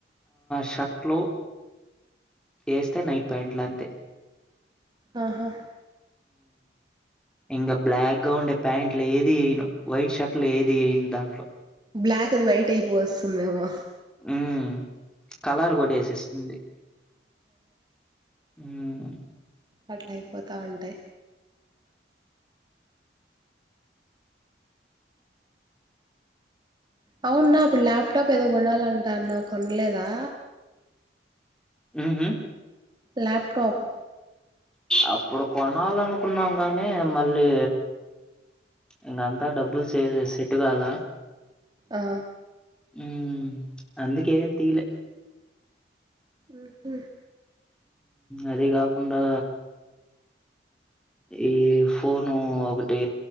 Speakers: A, in the centre; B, on the right (about 25°).
A: షర్ట్లు ఏస్తే నైట్ ప్యాంట్లు అంతే
B: ఆహా
A: ఇంకా బ్లాక్ గా ఉండే ప్యాంట్లు ఏది ఏయిను వైట్ షర్ట్ లు ఏది ఎయనుదాంట్లో
B: బ్లాక్ ది వైట్ అయిపో వస్తుందేమో
A: ఉమ్ కలర్ కోటేసుస్తుంది ఉ
B: అట్లయిపోతా ఉంటాయి అవున్న అప్పుడు ల్యాప్ టాప్ ఏదో కొనాలంటాఉన్నావు కొనలేదా
A: ఉహు
B: ల్యాప్ టాప్
A: అప్పుడు కొనాలనుకున్నాం గానీ మళ్ళీ ఇంకంతా డబ్బులుసే సెట్ కాల
B: ఆ
A: ఉ అందుకే ఎం తియలే
B: ఆహ
A: అదే కాకుండా ఈ ఫోను ఒకటి